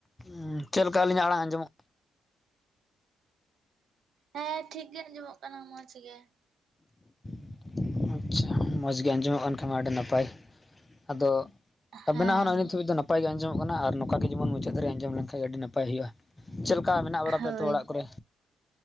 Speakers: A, on the left; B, on the right.
A: ᱦᱮᱸ ᱪᱮᱜ ᱞᱮᱠᱟ ᱟᱹᱞᱤᱧᱟᱜ ᱟᱲᱟᱝ ᱟᱸᱡᱚᱢᱚᱜ
B: ᱦᱮᱸ ᱴᱷᱤᱠ ᱜᱮ ᱟᱸᱡᱚᱢᱚᱜ ᱠᱟᱱᱟ ᱢᱚᱸᱡᱽ ᱜᱮ᱾
A: <inaudible> ᱟᱪᱪᱷᱟ ᱢᱚᱸᱡᱽᱜᱤ ᱟᱸᱡᱚᱢᱚᱜ ᱠᱟᱱ ᱠᱷᱟᱱ ᱟᱹᱰᱤ ᱱᱟᱯᱟᱭ ᱟᱫᱚ ᱟᱵᱮᱱᱟᱜ
B: ᱦᱮᱸ
A: ᱦᱚᱸ ᱱᱚᱜ ᱱᱤᱛ ᱫᱷᱟᱹᱵᱤᱡ ᱫᱚ ᱱᱟᱯᱟᱭ ᱜᱮ ᱟᱸᱡᱚᱢᱚᱜ ᱠᱟᱱᱟ ᱟᱨ ᱱᱚᱝᱠᱟ ᱜᱮ ᱡᱮᱢᱚᱱ ᱢᱩᱪᱟᱹᱫ ᱫᱷᱟᱹᱨᱤ ᱟᱸᱡᱚᱢ ᱞᱮᱱᱠᱷᱟᱱ ᱟᱹᱰᱤ ᱱᱟᱯᱟᱭ ᱦᱩᱭᱩᱜᱼᱟ᱾ ᱪᱮᱫ ᱞᱮᱠᱟ ᱢᱮᱱᱟᱜ ᱵᱟᱲᱟ
B: ᱦᱳᱭ
A: ᱯᱮᱭᱟ ᱛᱚ ᱚᱲᱟᱜ ᱠᱚᱨᱮ?